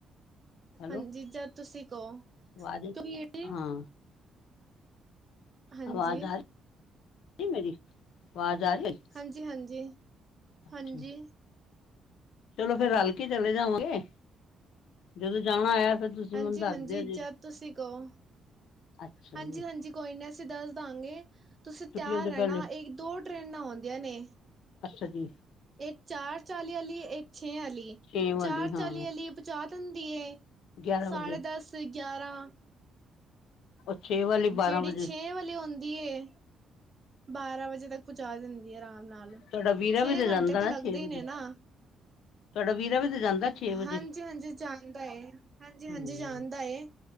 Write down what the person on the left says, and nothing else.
ਹੈਲੋ
ਆਵਾਜ਼
ਹਾਂ
ਆਵਾਜ਼ ਆ ਮੇਰੀ ਆਵਾਜ਼ ਆ ਰਹੀ
ਅੱਛਾ
ਚਲੋ ਫੇਰ ਰਲ ਕੇ ਚਲੇ ਜਾਵਾਂਗੇ, ਜਦੋਂ ਜਾਣਾ ਹੋਇਆ ਫਿਰ ਤੁਸੀਂ
ਮੈਨੂੰ ਦੱਸ
ਦਿਓ ਜੀ
ਅੱਛਾ
ਜੀ
ਛੁੱਟੀਆਂ
ਤੋਂ
ਪਹਿਲੇ
ਅੱਛਾ ਜੀ
ਛੇ
ਵਾਲੀ
ਹਾਂ
ਗਿਆਰਾਂ
ਵਜੇ
ਉਹ ਛੇ ਵਾਲੀ
ਬਾਰਾਂ ਵਜੇ
ਤੁਹਾਡਾ ਵੀਰਾ
ਵੀ
ਜਾਂਦਾ
ਨਾ
ਛੇ ਵਜੇ
ਤੁਹਾਡਾ ਵੀਰਾ ਵੀ ਤੇ ਜਾਂਦਾ ਛੇ ਵਜੇ
ਹੂੰ